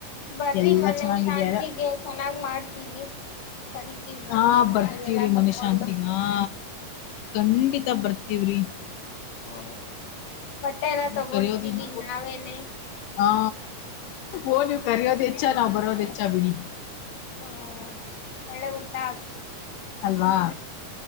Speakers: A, on the left (about 55°); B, on the left (about 80°).
A: ಬರ್ರಿ
B: ಎಲ್ಲಾ
A: ಮನೆ
B: ಚೆನ್ನಾಗಿದ್ಯಾರ
A: ಶಾಂತಿಗೆ ಚೆನ್ನಾಗ್ ಮಾಡ್ತೀವಿ ಕರಿತೀವಿ ಬನ್ನಿ
B: ಹಾ
A: ಮನೇಲೆಲ್ಲಾ
B: ಬರ್ತವ್ರಿ
A: ಕರ್ಕೊಂಡು
B: ಮನೆ ಶಾಂತಿಗ ಆ ಖಂಡಿತ ಬರ್ತವ್ರಿ
A: ಹ ಬಟ್ಟೆಯಲ್ಲ
B: ನೀವ್
A: ತಗೊಡ್ತೀವಿ
B: ಕರೆಯೋದಿನ್
A: ನಾವೇನೆ
B: ಹಾ ಓ ನೀವು ಕರೆಯೋದ ಹೆಚ್ಚ ನಾವ್ ಬರೋದ ಹೆಚ್ಚ ಬಿಡಿ
A: ಹ್ಮ್ ಒಳ್ಳೆ ಊಟ ಹಾಕ್ಸಿ
B: ಅಲ್ವಾ